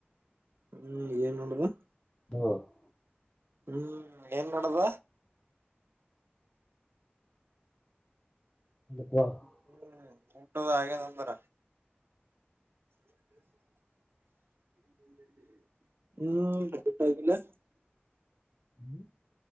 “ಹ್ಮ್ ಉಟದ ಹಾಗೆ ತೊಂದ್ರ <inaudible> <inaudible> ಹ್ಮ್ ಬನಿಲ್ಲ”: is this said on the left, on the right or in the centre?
Right